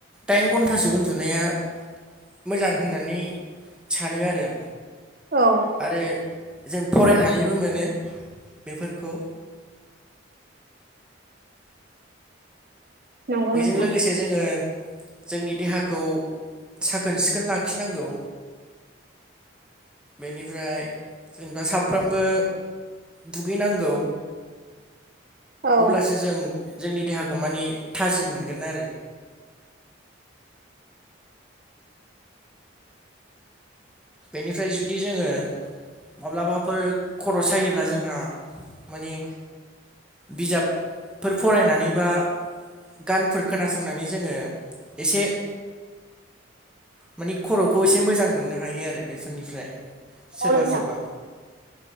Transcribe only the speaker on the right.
औ
नंगौ
नोंथां
औ
नंगौ
नोंथां